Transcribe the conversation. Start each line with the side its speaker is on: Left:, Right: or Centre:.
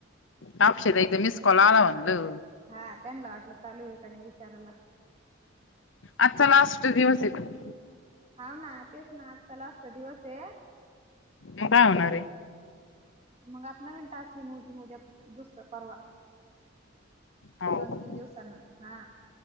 Left: टापश एकद मीस कॉल आला म्हटल.
Right: हा त्यांनी वाटलं चालू आहे का नाही विचारायला
Left: आजचा लास्ट दिवस येत.
Right: हव ना तेच ना आज चा लास्ट चा दिवस आहे.
Left: म काय होणार आहे.
Right: मग आता नवीन टास ये म अजून उद्या दुसरं परवा.
Left: हो
Right: दोन तीन दिवसांना हा.